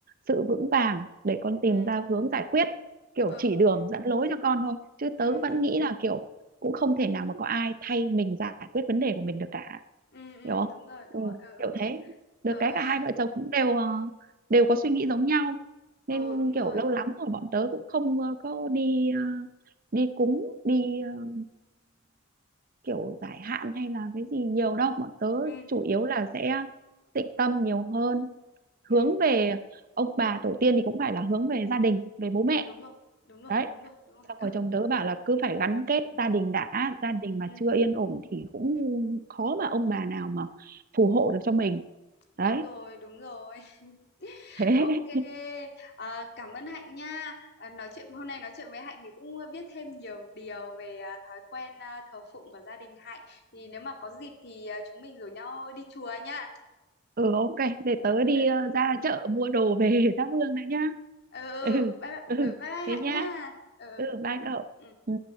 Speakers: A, on the right (about 45°); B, on the left (about 55°).
A: sự vững vàng để con tìm
B: ừ
A: ra hướng giải quyết kiểu
B: ờ
A: chỉ đường
B: ừ
A: dẫn lối cho con thôi chứ tớ
B: ừ
A: vẫn
B: ừ
A: nghĩ là kiểu cũng không thể nào mà có ai thay mình giải quyết vấn đề của mình được cả
B: ừ ừ,
A: hiểu không
B: đúng rồi đúng
A: ừ,
B: rồi ờ
A: kiểu thế được
B: ờ
A: cái
B: ờ
A: cả hai vợ chồng cũng đều ờ, đều có suy nghĩ giống nhau
B: ờ
A: nên
B: ờ, đúng
A: kiểu
B: rồi
A: lâu lắm rồi bọn tớ cũng không ờ, có đi ờ, đi cúng đi ờ, kiểu giải hạn hay là cái gì nhiều đâu bọn tớ
B: ừ
A: chủ yếu là sẽ tịnh tâm nhiều hơn
B: ừ
A: hướng về
B: ừ
A: ông bà tổ tiên thì cũng phải là hướng về gia đình về bố mẹ
B: đúng rồi đúng rồi
A: đấy
B: đúng rồi đúng rồi
A: xong
B: ờ
A: rồi
B: ờ,
A: chồng tớ bảo là cứ phải gắn kết gia đình đã gia đình
B: ừ
A: mà chưa yên ổn thì cũng khó mà ông bà nào mà phù hộ được cho mình
B: đúng
A: đấy
B: rồi đúng rồi <laughs>
A: thế
B: ok
A: <laughs>
B: Ờ, cảm ơn Hạnh nha Ờ, nói chuyện hôm nay nói chuyện với Hạnh thì cũng biết thêm nhiều điều về à, thói quen à, thờ phụng của gia đình Hạnh thì nếu mà có dịp thì à, chúng mình rủ nhau đi chùa nha
A: ừ ok để tớ đi
B: ờ
A: ờ, ra chợ mua đồ về <laughs> thắp hương đấy nhá
B: ờ ờ,
A: ừ
B: bye bye
A: ừ
B: ờ, bye bye Hạnh
A: thế nhá
B: nha ờ ờ,
A: ừ bye cậu
B: ờ. Ừ.
A: ừ